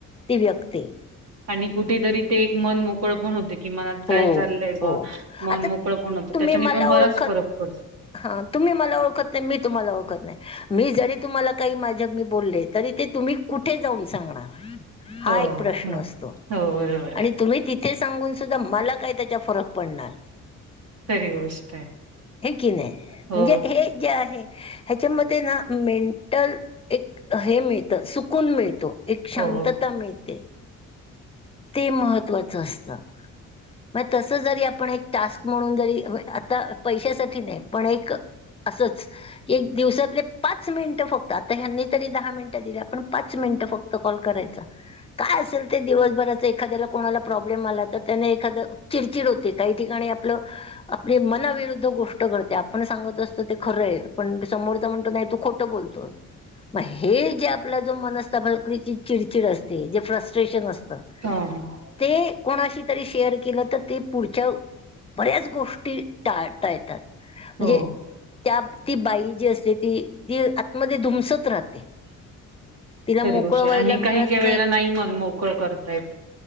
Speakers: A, on the left (about 20°); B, on the right (about 50°).
A: ती व्यक्ती.
B: आणि कुठेतरी, ते एक मन मोकळं पण होते. कि मनात काय
A: हो
B: चालय बुवा.
A: हो आता
B: मन मोकळं पण होतं.
A: तुम्ही
B: त्याच्याने
A: मला
B: पण बराच
A: ओळखत
B: फरक पडतो.
A: हा. तुम्ही मला ओळखत नाही. मी तुम्हाला ओळखत नाही. मी जरी तुम्हाला, काही माझ्या मी बोलले, तरी ते तुम्ही कुठे जाऊन सांगणार? हा
B: हो
A: एक प्रश्न
B: मग
A: असतो.
B: हो बरोबर
A: आणि तुम्ही ति थे सांगून सुद्धा मला काय, त्याचा फरक पडणार?
B: खरी गोष्ट आहे
A: हे की नाही.
B: हो
A: म्हणजे हे जे आहे ह्याच्यामध्ये ना, मेंटल एक हे मिळतं. सुकून मिळतो. एक शांतता
B: हो
A: मिळते. ते महत्त्वाचं असतं. मग तस जरी, आपण एक टास्क म्हणून जरी, आता पैशासाठी नाही. पण एक असंच एक दिवसातले पाच मिनिटं फक्त. आता ह्यांनी तरी दहा मिनिटं दिल्या. पण पाच मिनिटं फक्त कॉल करायचा. काय असेल ते, दिवसभराचं एखाद्याला कोणाला प्रॉब्लेम आला तर त्यांना एखादं, चिडचिड होते. काही ठिकाणी आपलं आपली मनाविरुद्ध गोष्ट घडते. आपण सांगत अस तो ते खरंय. पण समोरच म्हणतो, नाही तू खोटं बोलतो मग हे जे आपला, जो मनस्तताप रीची चिडचिड असते, जे फ्रस्ट्रेशन असतं
B: हा-हा.
A: ते, कोणाशी ते शेअर केलं तर, ते पुढच्या, बऱ्याच गोष्टी टाळता येतात. म्हणजे
B: हो
A: त्या, ती बाई जी असते ती, ती आतमध्ये धुमसत राहते. तिला
B: खरी
A: मोकळं
B: गोष्टय.
A: व्हायला
B: आणि
A: मिळत
B: काही-काही वेळेला, नाही मन मोकळ करता येत.